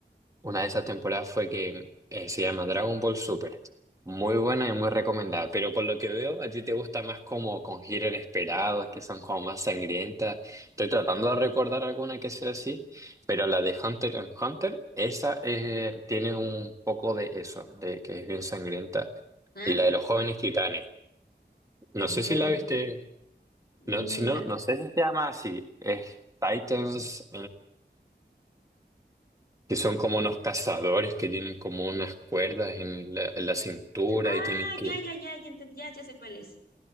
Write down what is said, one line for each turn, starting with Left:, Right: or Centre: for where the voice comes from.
Right: una de esas temporadas fue que eh, se llama Dragon Ball Super. Muy buena y muy recomendada. Pero por lo que veo, a ti te gusta más como con giros inesperados, que son como más sangrientas. Estoy tratando de recordar alguna que sea así, pero la de Hunter x Hunter, esa eh, tiene un poco de eso, de que es bien sangrienta.
Left: Ah,
Right: Y la de los jóvenes titanes. No
Left: los
Right: sé
Left: jóvenes.
Right: si la viste.
Left: Mm,
Right: No, si no,
Left: la-
Right: no sé si se llama así. Es Titans que son como unos cazadores que tienen como unas cuerdas en la, en la cintura
Left: Ah,
Right: y tienen que...
Left: ya, ya, ya, ya, enten- ya, ya sé cuál es.